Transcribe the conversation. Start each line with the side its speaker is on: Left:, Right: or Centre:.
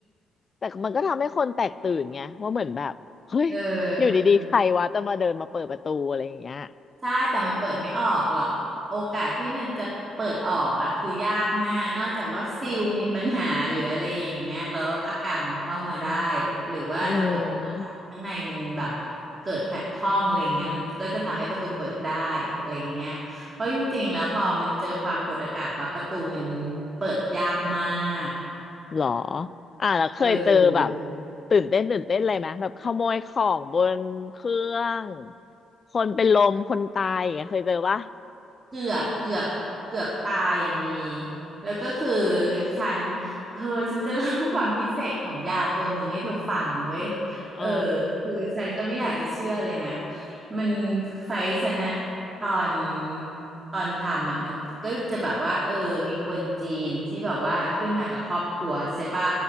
Left: แต่มันก็ทำให้คนแตกตื่นไงว่าเหมือนแบบเฮ้ย
Right: เออ
Left: อยู่ดีๆใครวะจะมาเดินมาเปิดประตูอะไรอย่างเงี้ย
Right: ใช่แต่มันเปิดไม่ออกหรอกโอกาสที่มันจะเปิดออกอ่ะคือยากมากนอกจากว่าซิลมีปัญหาหรืออะไรอย่างเงี้ยแล้วอากาศมันเข้ามาได้หรือว่าระบบอากาศข้างในมันแบบ
Left: อืม
Right: เกิดขัดข้องอะไรเงี้ยมันก็จะทำให้ประตูเปิดได้อะไรอย่างเงี้ยเพราะจริงๆแล้วพอมันเจอความกดอากาศปั๊บประตูมันเปิดยากมาก
Left: หรออ่าแล้วเคยเจอแบบ
Right: เออ
Left: ตื่นเต้นตื่นเต้นอะไรไหมแบบขโมยของบนเครื่องคนเป็นลมคนตายอย่างเงี้ยเคยเจอปะ
Right: เกือบเกือบเกือบตายอ่ะมีแล้วก็คือฉันเธอฉันจะเล่าความพิเศษของยาตัวหนึ่งให้เธอฟังเว้ย
Left: อ๋อ
Right: เออคือฉันก็ไม่อยากจะเชื่อเลยนะมันไฟท์ฉันอะตอนตอนทำอะมันก็จะแบบว่าเออมีคนจีนที่แบบว่าขึ้นมากับครอบครัวใช่ป่ะ